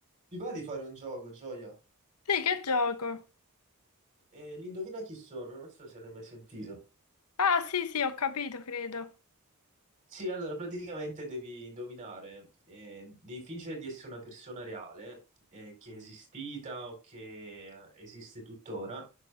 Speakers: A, on the right; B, on the left.
A: Ti va di fare un gioco, Gioia?
B: Sì, che gioco?
A: Eh, l'indovina chi sono? Non so se l'hai mai sentito.
B: Ah, sì, sì, ho capito, credo.
A: Sì, allora praticamente devi indovinare, eh, devi fingere di essere una persona reale, eh, che è esistita o che esiste tuttora,